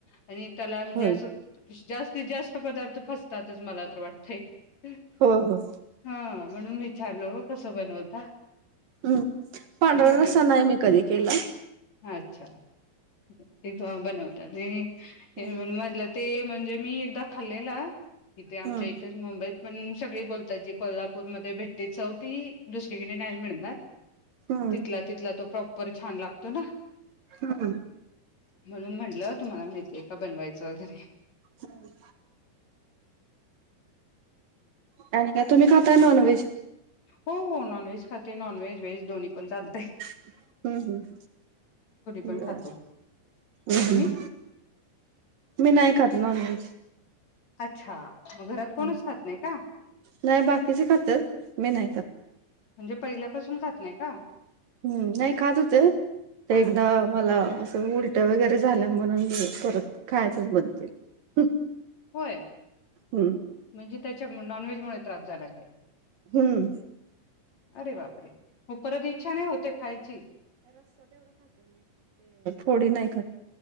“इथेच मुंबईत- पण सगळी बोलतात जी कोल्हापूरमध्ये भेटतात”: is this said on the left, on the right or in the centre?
Left